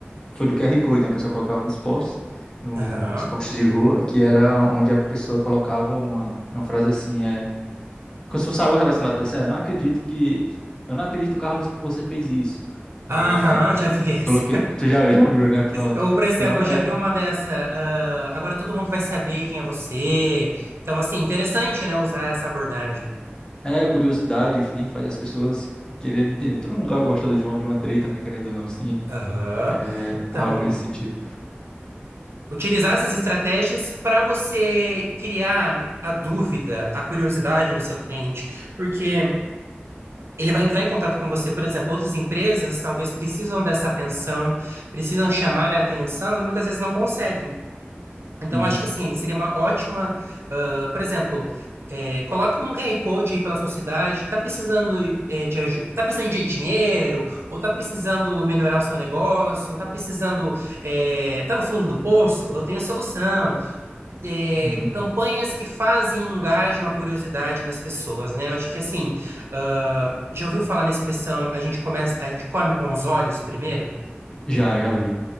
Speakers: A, on the left; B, on the right.
A: foi do Q R Code, né? A pessoa colocava nos posts, no,
B: Aham,
A: nos posts de rua, que era onde a pessoa colocava uma, uma frase assim, é, como se fosse algo relacionado a três, "Ah, eu não acredito que, que- eu não acredito, Carlos, que você fez isso.
B: Aham,
A: É,
B: já vi essa.
A: coloquei, tu já, já viu, né? Pronto.
B: Eu, por exemplo,
A: Então, é.
B: já vi uma dessa. ah, agora todo mundo vai saber quem é você. Então, assim, interessante, né, usar essa abordagem.
A: É, curiosidade, enfim, faz as pessoas quererem entender. Todo mundo gosta de uma, de uma treta, né? Querendo ou não, assim,
B: Aham.
A: é,
B: Então,
A: algo nesse sentido.
B: utilizar essas estratégias para você criar a dúvida, a curiosidade no seu cliente, porque ele vai entrar em contato com você. Por exemplo, outras empresas talvez precisam dessa atenção, precisam chamar a atenção e muitas vezes não conseguem. Então,
A: Uhum,
B: acho que assim, seria uma ótima, ah, por exemplo, eh, coloca um QR Code aí pela sua cidade, está precisando, eh, de, aju- tá precisando de dinheiro, ou está precisando melhorar o seu negócio, ou está precisando, eh, tá no fundo do poço, eu tenho a solução. Eh,
A: uhum.
B: campanhas que fazem, e engajam a curiosidade nas pessoas, né? Eu acho que assim, ah, já ouviu falar na expressão, a gente começa, a gente come com os olhos primeiro?
A: Já, já vi.